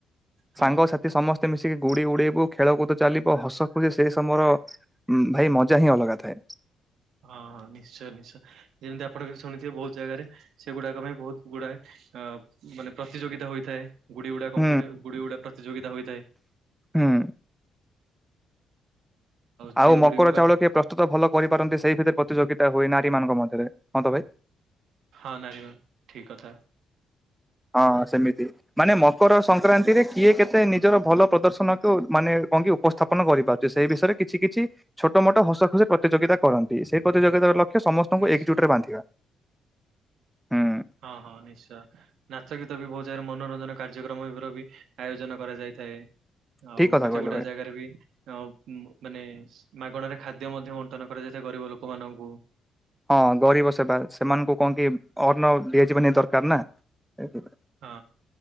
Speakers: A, on the right; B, in the centre.
A: ହଁ
B: ସାଙ୍ଗସଥି ସମସ୍ତେ ମିଶିକି ଗୁଡେଇ ଉଡେଇବୁ ଖେଳକୁଦ ଚାଲିବ ହସ ଖୁସି ସେଇ ସମୟର ଭାଇ ମଜା ହିଁ ଅଲଗା ଥାଏ।
A: ହଁ ହଁ ନିଶ୍ଚୟ ନିଶ୍ଚୟ ଯେମିତି ଆପଣ ବି ଶୁଣିଥିବେ ବହୁତ ଜାଗାରେ ସେଗୁଡାକ ପାଇଁ ବହୁତ ଗୁଡାଏ ଅ ମାନେ ପ୍ରତିଯୋଗିତା ହୋଇଥାଏ ଗୁଡି ଉୁଡା କମ୍ି
B: ହୁଁ
A: ଗୁଡି ଉୁଡା ପ୍ରତିଯୋଗିତା ହୋଇଥାଏ।
B: ହୁଁ।
A: ଯିଏ
B: ଆଉ ମକର
A: ଗୁଡିକୁ କା
B: ଚାଉଳ କିଏ ପ୍ରସ୍ତୁତ ଭଲ କରି ନ୍ତି ସେଇ ଭିତରେ ପ୍ରତିଯୋଗିତା ହୁଏ ନାରୀ ମାନଙ୍କ ମଧ୍ୟରେ, ହଁ ତ ଭାଇ
A: ହଁ ନାରୀ ମ ଠିକ କଥା।
B: ହଁ ସେମିତି, ମାନେ ମକର ସଂକ୍ରାନ୍ତିରେ କିଏ କେତେ ନିଜର ଭଲ ପ୍ରଦର୍ଶନକୁ ମାନେ ଙ୍କି <unintelligible> ଉପସ୍ଥାପନ କରିପାରୁଛି, ସେଇ ବିଷୟରେ କିଛି କିଛି ଛୋଟ ମୋଟ ହସ ଖୁସି ପ୍ରତିଯୋଗିତା କରନ୍ତି। ସେଇ ପ୍ରତିଯୋଗିତାର ଲକ୍ଷ ସେ ସମସ୍ତଙ୍କୁ
A: ନିଶ୍ଚୟ
B: ଏକଜୁଟ ରେ ବାନ୍ଧିବା। ହୁଁ
A: ହଁ ହଁ ନିଶ୍ଚୟ ନାଚ ଗୀତ ବି ବହୁତ ଜାଗାରେ, ମନୋରଞ୍ଜନ କାର୍ଯ୍ୟକ୍ରମ ର ବି ଆୟୋଜନ କରାଯାଇ ଥାଏ
B: ଠିକ
A: ଆଉ
B: କଥା
A: କେତେ
B: କହିଲ
A: ଗୁଟେ
B: ଭାଇ
A: ଜାଗାରେ ବି ଆ ମାନେ ମାଗଣାରେ ଖାଦ୍ୟ ମଧ୍ୟ ବଣ୍ଟନ କରାଯାଇଥାଏ ଗରିବ ଲୋକମାନଙ୍କୁ
B: ହଁ ଗରିବ ସେବା ସେମାନଙ୍କୁ କଣ କି ଅନ୍ନ ଦିଆଯିବାନି ଦରକାର ନା। ଠିକ
A: ହଁ